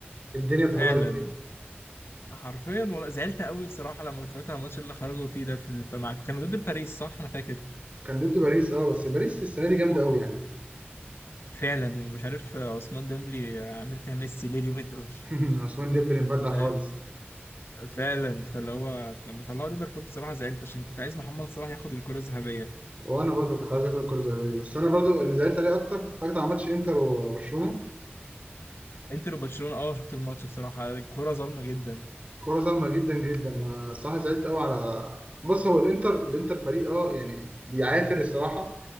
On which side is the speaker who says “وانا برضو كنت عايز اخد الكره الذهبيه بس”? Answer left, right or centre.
Right